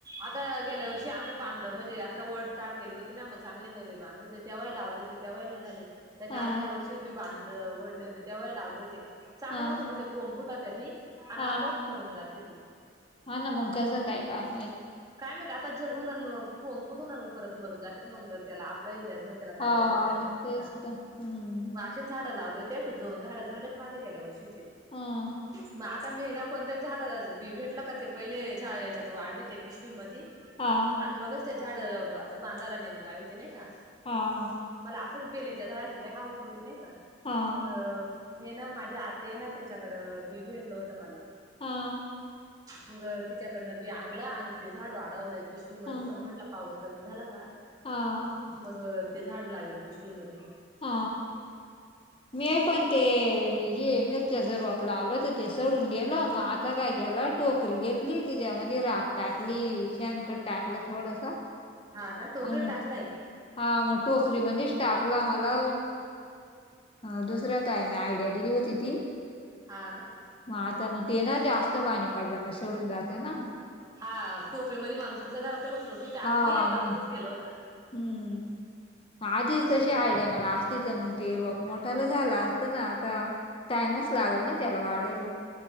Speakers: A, on the right; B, on the left.
A: आता गेल्या वर्षी आम्ही बांध म्हणजे असं वडताड केली होती ना मग चांगले नवे बांध होते. तेव्हाही लावले होते. तेव्हा नाही झाले‌ त्याच्या
B: हा
A: आदल्या वर्षी बी बांध वढले होते तेव्हाही लावले होते. चांगले
B: हा
A: मोठे मोठे कोम फुटत्याती. आणि
B: हा
A: आपोआप मरून जात्याती.
B: हा ना मग कसं काय काय माहित.
A: काय माहिती आता जगुन कोम फुटुन परत मरून जातात. मंग त्याला आपला इलाज नाही. त्याला काय
B: हा
A: होतय काय माहित नाही
B: तेच
A: का.
B: तर हम्म.
A: ते झाड लावले होते तर दोन झाड झाले माझे गेल्या वर्षीचे.
B: हा
A: मग आता आता मी हे ना कोणत्याही झाडाच बी भेटल का, ते पहिले झा याच्यात वाढवीते पिशवी मधी.
B: हा
A: आणि मगच ते झाड असे बांधाला नेऊन लाविते नाही का.
B: हा
A: मला असंच बेलीच्या झाडाची लई हाऊस होती नाही का.
B: हा
A: मग मी हे ना माझी आत्या आहे ना, तीच्याकड बी भेटल होत मला.
B: हा
A: मग तिच्याकडनं बी आणल. आणि ते झाड वाढलंय पिशवीमध्ये.
B: हा
A: पण म्हटल पाऊस कमी झाला का
B: हा
A: मग ते झाड लावेल पिशवी मध्ये.
B: हा मी पण ते ये मीर मिरचीच रोप लावल होत. ते सडून गेल. मग आता काय केल टोकरी घेत घेतली. तिच्यामध्ये राख टाकली. शेणखत टाकल थोडस.
A: हा ना टोकरीत
B: आणि
A: टाकलय.
B: हा मग टोकरी मध्येच टाकल मला अ दुसऱ्या ताईन आयडिया दिली होती ती.
A: हा ना
B: मग आता मग ते ना जास्त पाणी पडलं का सडून जाते ना.
A: हा टोकळीमध्ये माणूस कसं घरात उचलून ठेवते अग
B: हा
A: मी एकदा
B: मग
A: तसंच केलं होतं.
B: हम्म आधीच
A: टोकरी
B: तशी आयड्या मला असतीच मग ते रोप मोठाला झाला असतं ना आता. टाइमच लागेल ना त्याला वाढायला.